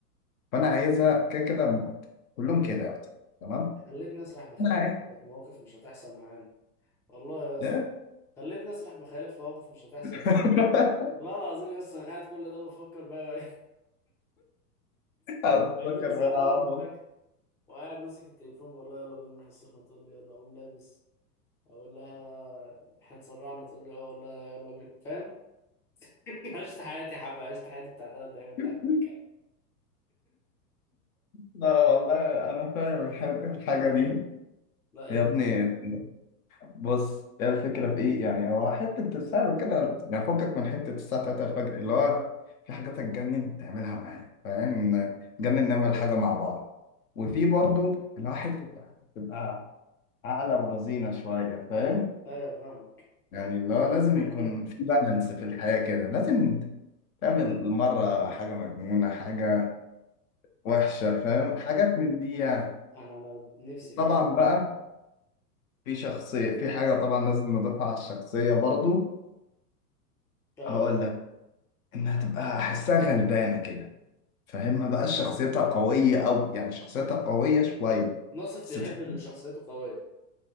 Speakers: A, on the left (about 60°); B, in the centre.
A: فانا عايزها كده كده كلهم كده يا اسطى تمام
B: خلتني اسرح بخيالي
A: انا عايز
B: في مواقف مش هتحصل معانا والله يا اسطى
A: ايه
B: خلتني اسرح بخيالي في مواقف مش هتحصل معانا
A: <laughs>
B: والله العظيم يا اسطى انا قاعد كل ده بفكر بقى <laughs>
A: اتذكر
B: جميل الساعة
A: انا
B: 3
A: عارفه
B: الفجر وقاعد ماسك التليفون بقول لها يلا بينا نروح السخنة تقول لي يلا أقوم لابس أقول لها إحنا اتسرعنا تقول لي أه أقول لها يلا بينا فاهم؟ <laughs> عشت حياتي حبة عشت حياتي بتاع تلات دقايق وأنت
A: <laughs>
B: قاعد بتتكلم
A: لا والله انا فاهم الحاجه الحاجة دي
B: لا يا
A: يا
B: ابني
A: ابني بص هي الفكرة في إيه؟ يعني هو حتة السعر وكده يعني فكك من حتة الساعة 3 الفجر اللي هو في حاجات هتجنن تعملها معايا فاهم؟ نجنن نعمل حاجة مع بعض وفي برضو اللي هو حتة تبقى عاقلة ورزينة شوية فاهم؟
B: طيب أيوه فاهمك
A: يعني اللي هو لازم
B: <laughs>
A: يكون في بالانس في الحياة كده لازم تعمل مرة حاجة مجنونة حاجة وحشة فاهم حاجات من دي يعني
B: أنا أنا نفسي في
A: طبعا
B: حاجة زي دي.
A: بقى في شخصية في حاجة طبعا لازم نضيفها على الشخصية برضو
B: أه
A: هقول لك انها تبقى احسها غلبانه كده فاهم ما بقاش شخصيتها قويه او يعني شخصيتها قويه شويه
B: ناصف
A: بس
B: بيحب
A: تحس
B: اللي شخصيته قوية